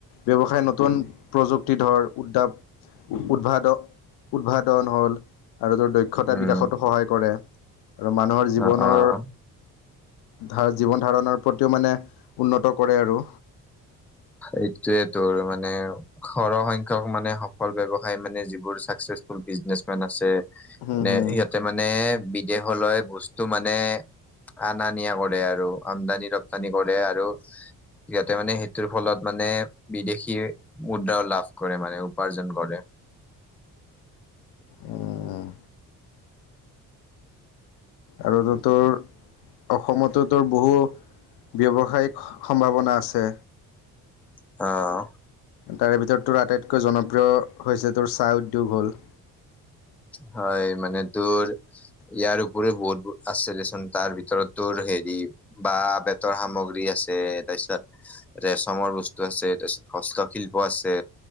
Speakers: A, on the left (about 55°); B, in the centre.
A: ব্যৱসায় নতুন প্ৰযুক্তি ধৰ উদ্যাপ উদ্ভাদ-উদ্ভাদন হ'ল আৰু তেওঁৰ দক্ষতা
B: উম
A: বিকাশতো সহায় কৰে। আৰু মানুহৰ জীৱনৰ
B: অ অ
A: ধা-জীৱন‌ ধাৰণৰ প্ৰতিও মানে উন্নত কৰে আৰু।
B: এইটোয়ে তোৰ মানে সৰহ সংখ্যক মানে সফল ব্যৱসায়ী মানে যিবোৰ চাক চাকচেছ ফুল বিজনেচ মেন আছে,
A: হম
B: নে
A: হম
B: ইহঁতে মানে বিদেশলৈ বস্তু মানে আনা নিয়া কৰে আৰু, আমদানি, ৰপ্তানি কৰে আৰু ইয়াতে মানে সেই টোৰ, ফলত মানে বিদেশীৰ মুদ্ৰাও লাভ কৰে, মানে উপাৰ্জন কৰে।
A: উম। আৰুতো তোৰ অসমতো তোৰ বহু ব্যৱসায়িক সম্ভাৱনা আছে।
B: অ'।
A: তাৰে ভিতৰত তোৰ আটাইতকৈ জনপ্ৰিয় হৈছে, তোৰ চাহ উদ্যোগ হ'ল।
B: হয়, মানে তোৰ ইয়াৰ উপৰিয়ো বহুত আছিল দেচোঁন তাৰ ভিতৰত তোৰ হেৰি বাহঁ বেতৰ সামগ্ৰী আছে, তাৰপিছত ৰেচমৰ বস্তু আছে, <unintelligible> হস্তশিল্প আছে,